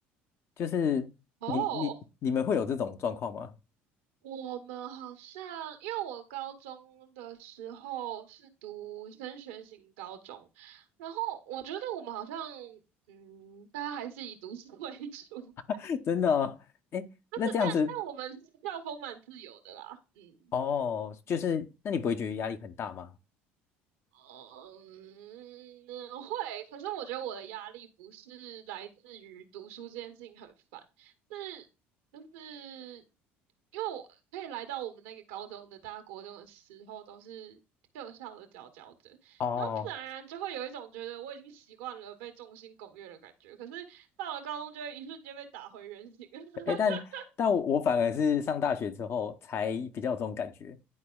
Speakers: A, on the left; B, on the right.
A: 就是你你你们会有这种状况吗？
B: 嗯，哦，我们好像，因为我高中的时候是读升学型高中，然后我觉得我们好像，嗯，大家还是以读书 <laughs> 为主，<laughs>
A: <laughs> 真的哦，哎，
B: 但是但但我们校风蛮自由的啦，
A: 那这样子
B: 嗯。
A: 哦，就是那你不会觉得压力很大吗？
B: 嗯，会。可是我觉得我的压力不是来自于读书这件事情很烦，是就是因为我可以来到我们那个高中的大国中的时候，都是各校的佼佼者，
A: 哦，
B: 然后自然而然就会有一种觉得我已经习惯了被众星拱月的感觉。可是到了高中，就会一瞬间被打回原形。<laughs>
A: 哎，但但我反而是上大学之后才比较有这种感觉，